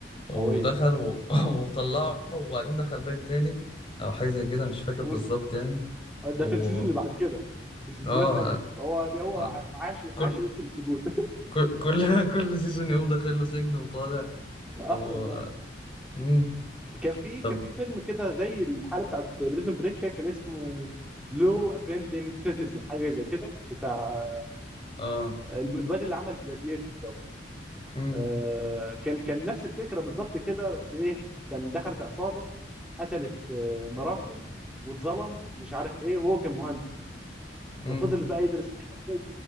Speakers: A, on the left; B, in the centre.
A: ودخل
B: قويه
A: و... <laughs> وطلعه وبعدين دخل باين تاني أو حاجة زي كده مش فاكر
B: مم.
A: بالظبط يعني
B: ده
A: و
B: في السيزون اللي بعد كده في السيزونات
A: اه
B: التانية هو بي- هو
A: آه،
B: عاش
A: كل
B: عاش يدخل السجون
A: كل كل <laughs> كل سيزون يقوم داخل له سجن وطالع
B: اه
A: و...
B: والله
A: مم.
B: كان في كان
A: طب
B: في فيلم كده زي الحاله بتاعت بريزن بريك كان اسمه لو ابندنج سيتيزن حاجه زي كده بتاع
A: اه
B: ال- الواد اللي عمل جلاديتور دوت
A: مم.
B: آه، كان كان نفس الفكره بالظبط كده بس ايه كان دخلت عصابه قتلت آه، مراته واتظلم مش عارف ايه وهو كان مهندس
A: مم.
B: ففضل بقى يدرس الحقوق